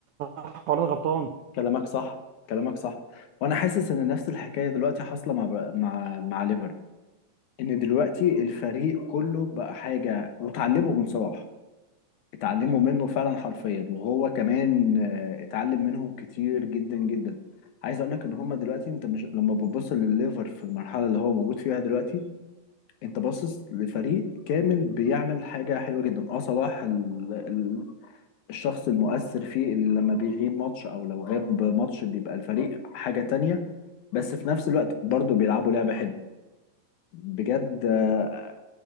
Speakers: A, on the right; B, on the left.
A: صح ولا انا غلطان
B: كلامك صح كلامك صح وانا حاسس ان نفس الحكايه دلوقتي حاصله مع مع مع ليفر ان دلوقتي الفريق كله بقى حاجه وتعلموا من صلاح اتعلموا منه فعلا حرفيا وهو كمان آه، اتعلم منهم كتير جدا جدا عايز اقول لك ان هما دلوقتي انت مش لما بتبص لليفر في المرحله اللي هو موجود فيها دلوقتي انت باصص لفريق كامل بيعمل حاجه حلوه جدا اه صلاح ال... ال... الشخص المؤثر فيه اللي لما بيغيب ماتش او لو غاب ماتش بيبقى الفريق حاجه تانية بس في نفس الوقت برضو بيلعبوا لعبة حلوة بجد آه،